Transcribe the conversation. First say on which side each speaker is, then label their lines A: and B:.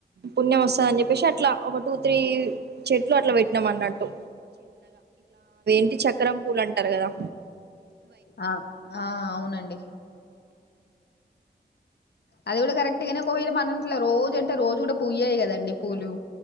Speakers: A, on the right; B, on the left.
A: పుణ్యం వస్తదని అని చెప్పేసి అట్లా ఒక టూ త్రీ చెట్లు అట్లా పెట్టినాం అన్నట్టు ఈ చక్రం పూలు అంటారు కదా
B: ఆ ఆ అవునండి అది కూడా కరెక్ట్ గానే ఒక వేల మన ఇంట్ల రోజు అంటే రోజు కూడా పూయ్యాయి కదండి పూలు